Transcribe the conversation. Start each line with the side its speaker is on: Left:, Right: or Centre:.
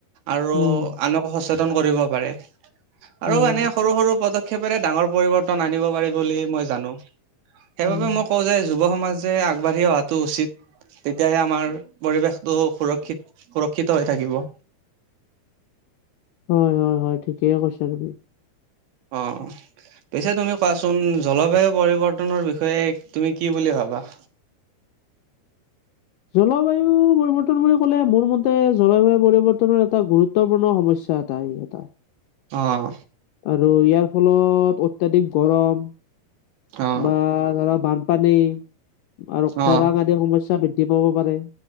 Right: আৰু
Left: উম,
Right: আনকো সচেতন কৰিব পাৰে।
Left: উম,
Right: আৰু এনে সৰু সৰু পদক্ষেপেৰে ডাঙৰ পৰিৱৰ্তন আনিব পাৰি বুলি মই জানোঁ। সেইবাবে
Left: উম।
Right: মই কওঁ যে, যুৱ সমাজে আগবাঢ়ি অহাটো উচিত। তেতিয়াহে আমাৰ পৰিৱেশটো সুৰক্ষিত সুৰক্ষিত হৈ থাকিব।
Left: হয় হয় হয়। ঠিকেই কৈছা তুমি।
Right: অহ। পিছে তুমি কোৱাচোন? জল বায়ুৰ পৰিৱৰ্তনৰ বিষয়ে তুমি কি বুলি ভাবা।
Left: জলবায়ুৰ পৰিৱৰ্তন বুলি কলে মোৰ মতে, জলবায়ু পৰিৱৰ্তনৰ এটা গুৰুত্ব গুৰুত্বপূৰ্ণ সমস্যা এটাই এটা।
Right: অহ
Left: আৰু ইয়াৰ ফলত অত্যাধিক গৰম।
Right: অ',
Left: বা ধৰক বানপানী আৰু
Right: অ',
Left: খৰাং আদি সমস্যা বৃদ্ধি পাব পাৰে।